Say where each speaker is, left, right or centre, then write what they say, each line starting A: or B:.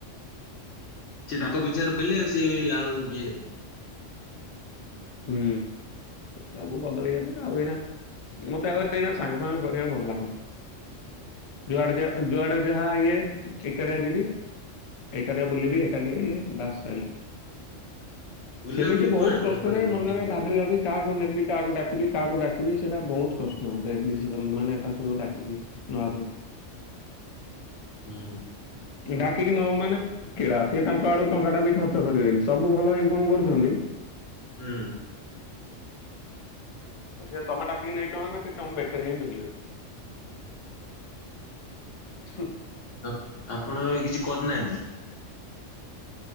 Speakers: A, on the left; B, on the left.
A: ସେ ତାଙ୍କ ପିଛାରେ ଥିଲେ ସିଏ ଆଉ ଇଏ
B: ହୁଁ। ସବୁ ବଦଳିଗଲେ ଆଉ ଏଇନା ମତେ ଆଉ ଏଇନା ସାଙ୍ଗ ଫାଙ୍ଗ କରିବାକୁ ଭଲ ଲାଗୁନି। ଯୁଆଡେ ଯାହା ଯୁଆଡେ ଯାହା ଇଏ ଏକେଡିଆ ଯିବି। ଏକାଡିଆ ବୁଲିବି ଏକାଡିଆ ଇଏ ବାସ୍ ସରିଲା,
A: ବୁଲାବୁଲି
B: ସେମିତି
A: କୁଆଡେ
B: ବହୁତ
A: କଣ
B: କଷ୍ଟ
A: କରିବାକୁ ଯାଇଛନ୍ତି?
B: ଭାବି ଭାବି କାହାକୁ ନେବି କାହାକୁ ଡାକିବି କାହାକୁ ଡାକିବି ସେଟା ବହୁତ କଷ୍ଟ ହଉଥାଏ ଡିସିସନ୍ ମାନେ ତାଙ୍କୁ ଡାକିକି ନବାପାଇଁ।
A: ହୁଁ।
B: ଡାକିକି ନବ ମାନେ କିଳା ସିଏ ତାଙ୍କ ଆଡୁ ଟଙ୍କା ଟା ବି ଖର୍ଚ କରିବେନି ସବୁ ଭଲ ଇନକମ୍ କରୁଚନ୍ତି
A: ହୁଁ।
B: ସେ ତମେ ଡାକିକି ନେଇଛ ମାନେ ସେ ତମ ବେକରେ ହିଁ ଝୁଲିବେ। ହ।
A: ତ ଆପଣ ଏବେ କିଛି କରିନାହାନ୍ତି?